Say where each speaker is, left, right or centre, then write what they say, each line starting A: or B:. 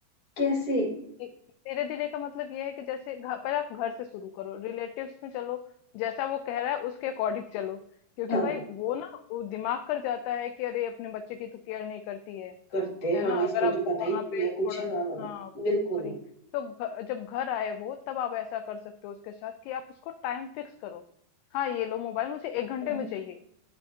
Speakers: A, on the left (about 40°); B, on the left (about 85°).
A: कैसे
B: धीरे धीरे का मतलब ये है कि जैसे घर पर आप घर से शुरू करो रिलेटिव्स में चलो जैसा वो कह रहा है उसके अकॉर्डिंग चलो क्योंकि
A: हाँ
B: भाई वो ना वो दिमाग कर जाता है कि अरे अपने बच्चे की तो केयर नहीं करती है
A: करते
B: है
A: हाँ
B: ना
A: इसको
B: अगर आप
A: तो पता
B: वहां
A: ही नहीं
B: पे
A: है
B: थोड़ा
A: कुछ हाँ
B: हाँ भाई
A: बिल्कुल
B: तो घ, जब घर आए वो तब आप ऐसा कर सकते हो उसके साथ कि आप उसको टाइम फिक्स करो हाँ ये लो मोबाइल मुझे एक घंटे
A: हाँ,
B: में चाहिए